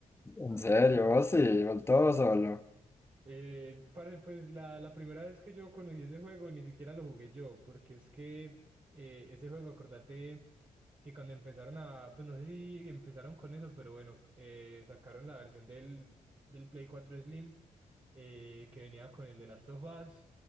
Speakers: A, on the left (about 15°); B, on the right (about 40°).
A: En serio, vos sí, vos todo solo.
B: Eh, parce, pues la, la primera vez que yo conocí ese juego ni siquiera lo jugué yo, porque es que eh, ese juego, acordate que cuando empezaron a, pues no sé si empezaron con eso, pero bueno, eh, sacaron la versión del, del Play cuatro Slim eh, que venía con el de Last of Us,